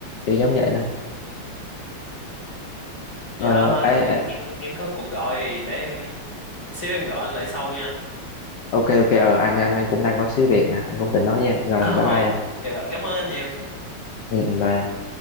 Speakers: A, on the left; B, on the left.
A: kiểu giống vậy đó
B: dạ
A: ờ
B: thôi
A: ê, ê,
B: em em có cuộc gọi để em xíu em gọi anh lại sau nha anh
A: ok ok ờ anh anh anh cũng đang có xíu việc nè anh cũng định nói với em rồi
B: <laughs>
A: bye
B: ồ
A: bye em
B: dạ rồi, cảm ơn anh nhiều
A: ừ ừ, bye